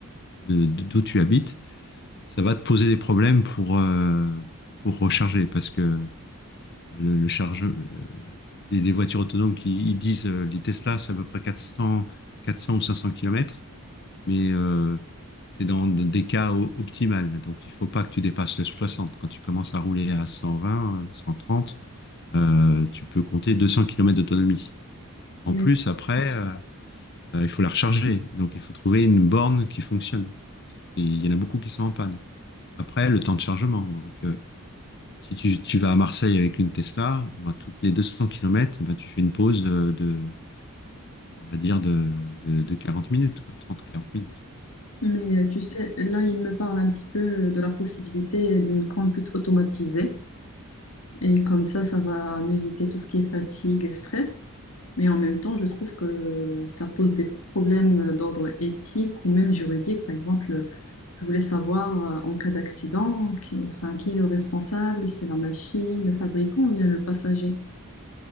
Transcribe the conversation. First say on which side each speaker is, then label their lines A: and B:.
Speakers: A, on the left; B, on the left.
A: de- de- d'où tu habites, ça va te poser des problèmes pour, euh, pour recharger parce que le, le chargeur, euh, les, les voitures autonomes qui ils disent, euh, les Tesla, c'est à peu près quatre cents, quatre 400 ou 500 kilomètres, mais euh, c'est dans des cas o- optimales. Donc il faut pas que tu dépasses le 60. Quand tu commences à rouler à 120, euh, 130, euh, tu peux compter 200 kilomètres d'autonomie. En
B: Mais,
A: plus, après, euh, euh, il faut la recharger. Donc, il faut trouver une borne qui fonctionne. Et il y en a beaucoup qui sont en panne. Après, le temps de chargement. Donc, euh, si tu, tu, vas à Marseille avec une Tesla, ben, toutes les 200 km, ben, tu fais une pause euh, de, on va dire, de, de, de 40 minutes, 30 quarante minutes.
B: mais euh, tu sais, là, il me parle un petit peu euh, de la possibilité d'une conduite automatisée. Et comme ça, ça va m'éviter tout ce qui est fatigue et stress. Mais en même temps, je trouve que ça pose des problèmes d'ordre éthique ou même juridique. Par exemple, je voulais savoir euh, en cas d'accident, qui, enfin, qui est le responsable? C'est la machine, le fabricant ou bien le passager?